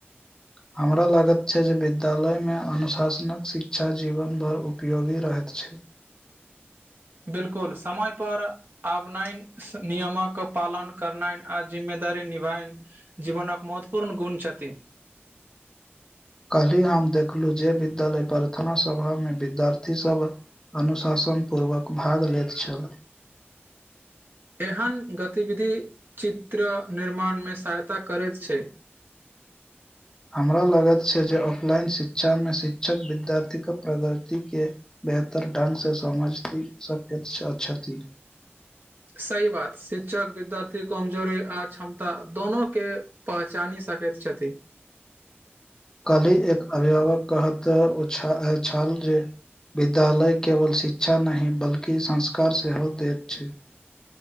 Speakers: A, on the left; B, on the right.
A: हमरा लागत छै जे विद्यालय में अनुशासनक शिक्षा जीवन भर उपयोगी रहैत छै
B: बिलकुल समय पर आबनाइ नियमक पालन करनानि आ जिम्मेदारी निभायनि जीवन एक महत्वपूर्ण गुण छथी
A: कल्हि हम देखलहु जे विद्यालय प्रार्थना सभा मे विद्यार्थी सभ अनुशासन पूर्वक भाग लैत छल
B: एहन गतिविधि चित्र निर्माणमे सहायता करैत छै
A: हमरा लागत छै जे ऑफलाइन शिक्षा मे शिक्षक विद्यार्थी के प्रगति के बेहतर ढङ्ंग से समझती शक्य क्षति
B: सही बात शिक्षक विद्यार्थी कमजोरी आ क्षमता दोनो के पहचानि सकैत छथि
A: कल्हि एक अभिभावक कहत ओ छलाल जे विद्यालय केवल शिक्षा नहि बल्कि संस्कार सेहो दैत छै